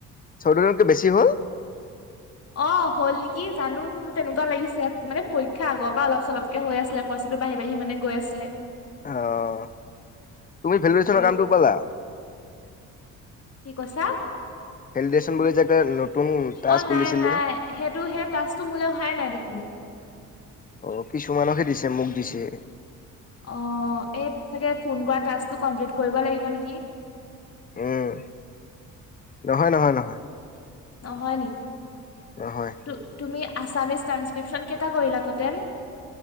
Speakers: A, on the left (about 25°); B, on the left (about 45°).
A: চৈধ্য দিনতকে বেছি হ'ল
B: অ' হ'ল নেকি জানো তেনেকুৱা লাগিছে মানে পৰীক্ষা আগৰ পৰা অলপ চলপকে হৈ আছিলে পইচাটো বাঢ়ি-বাঢ়ি মানে গৈ আছিলে।
A: অ', তুমি ভেলিদিচনৰ
B: পৰি
A: কামটো পালা।
B: কি কৈছা?
A: ভেলিডেশ্যন বুলি যে এটা নতুন টাস্ক
B: অ' নাই-নাই
A: উলিছিলে
B: সেইটো সেই তচটো মোলে অহাই নাই দেখোন।
A: অ' কিছুমানক হে দিছে মোক দিছে।
B: অ' এই চাগে ফোন কৰা কমপ্লিট কৰিব লাগিব নেকি <inaudible>
A: উম, নহয় নহয় নহয়।
B: নহয় নেকি?
A: নহয়
B: ত' তুমি আছামিছ ্ৰান্সক্ৰিপশন কটা কৰিৈলা তোতে <inaudible>